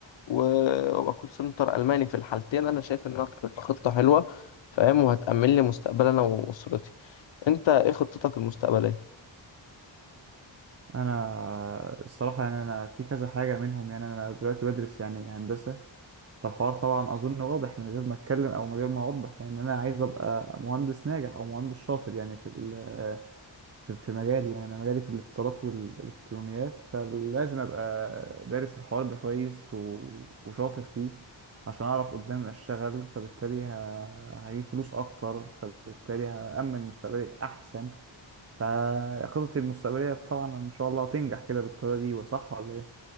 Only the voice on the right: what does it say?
انا الصراحه يعني انا في كذا حاجه منهم يعني انا دلوقتي بدرس يعني هندسه فالحوار طبعا اظن واضح من غير ما اتكلم او من غير ما اوضح يعني انا عايز ابقى مهندس ناجح او مهندس شاطر يعني في ال- في في مجالي يعني انا مجالي في الاتصالات والالكترونيات فلازم ابقى دارس الحوار ده كويس و- وشاطر فيه عشان اعرف قدام اشتغل فبالتالي ه- هجيب فلوس اكتر فبالتالي هامن مستقبلي احسن فخططي المستقبلية طبعا إن شاء الله تنجح كده بالطريقة دي وصح ولا إيه؟